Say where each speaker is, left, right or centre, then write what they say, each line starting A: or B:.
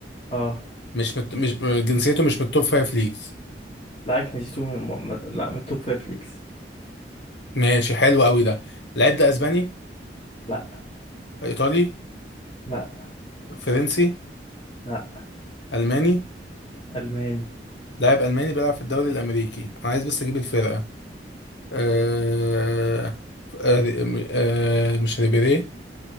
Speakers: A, on the left; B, on the left.
A: اه
B: مش مت... مش جنسيته مش من التوب فايف ليجز
A: لا جنيتو من م... م- لا من التوب فايف ليكس
B: ماشي حلو قوي ده اللاعب ده اسباني
A: لا
B: ايطالي
A: لا
B: فرنسي
A: لا
B: الماني
A: الماني
B: لاعب الماني بيلعب في الدوري الامريكي انا عايز بس اجيب الفرقه آه آه آه مش ريبيري